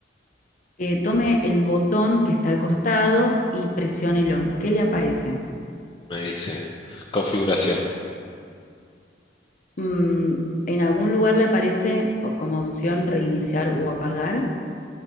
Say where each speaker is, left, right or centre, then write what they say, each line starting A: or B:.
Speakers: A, on the left; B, on the left.
A: Eh, tome el botón que está al costado y presiónelo. ¿Qué le aparece?
B: Me dice configuración.
A: Mm, en algún lugar le aparece como opción reiniciar o apagar.